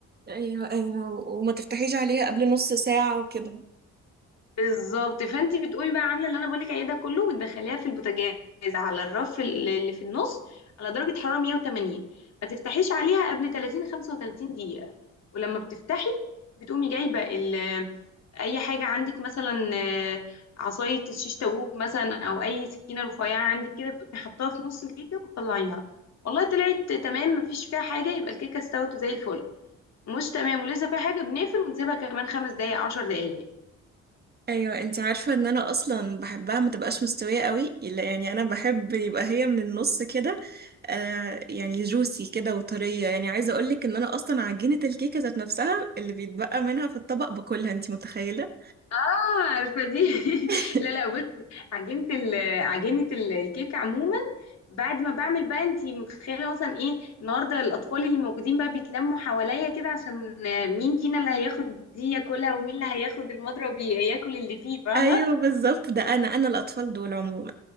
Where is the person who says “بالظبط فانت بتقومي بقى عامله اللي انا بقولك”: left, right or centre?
Left